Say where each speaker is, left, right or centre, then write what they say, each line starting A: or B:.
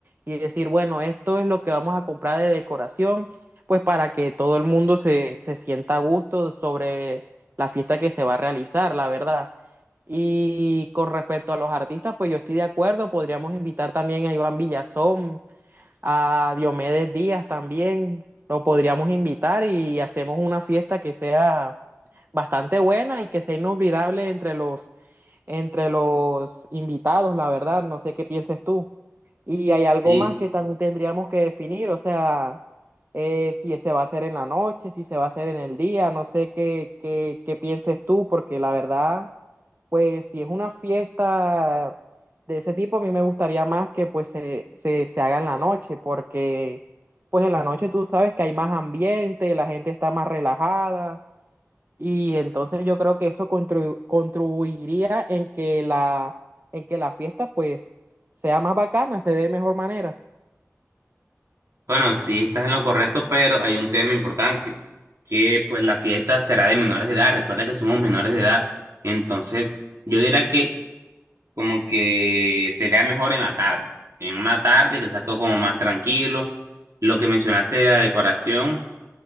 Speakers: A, on the right; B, on the right.
A: y decir, bueno, esto es lo que vamos a comprar de decoración, pues para que todo el mundo se, se sienta a gusto sobre la fiesta que se va a realizar, la verdad. Y con respecto a los artistas, pues yo estoy de acuerdo, podríamos invitar también a Iván Villazón, a Diomedes Díaz también, lo podríamos invitar y hacemos una fiesta que sea bastante buena y que sea inolvidable entre los entre los invitados, la verdad, no sé qué pienses tú. Y hay algo
B: Sí,
A: más que también tendríamos que definir, o sea, eh, si se va a hacer en la noche, si se va a hacer en el día, no sé qué, qué, qué pienses tú, porque la verdad, pues si es una fiesta de ese tipo, a mí me gustaría más que pues se, se, se haga en la noche, porque pues en la noche tú sabes que hay más ambiente, la gente está más relajada, y entonces yo creo que eso contribu- contribuiría en que la, en que la fiesta pues sea más bacana, se dé de mejor manera.
B: Bueno, sí, estás en lo correcto, pero hay un tema importante, que pues la fiesta será de menores de edad. Recuerda que somos menores de edad. Entonces, yo diría que como que sería mejor en la tarde, en una tarde que sea todo como más tranquilo. Lo que mencionaste de la decoración.